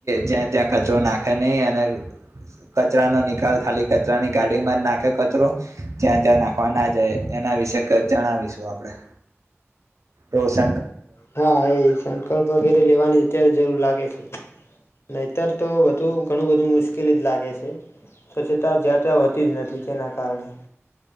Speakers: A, on the right; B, on the left.
A: જ્યાં ત્યાં કચરો નાખે નહીં અને કચરાનો નિકાલ ખાલી કચરાની ગાડી માં જ નાખે કચરો જ્યાં ત્યાં નાખવા ના જાય એના વિશે જણાવીશું આપણેે રોશ
B: હા એ સંકલ્પ વગેરે લેવાની અત્યારે જરૂર લાગે છે નહીતર તો બધું ઘણું બધું મુશ્કેલી જ લાગે છે સ્વચ્છતા જ્યાં ત્યાં હોતી જ નથી તેના કારણે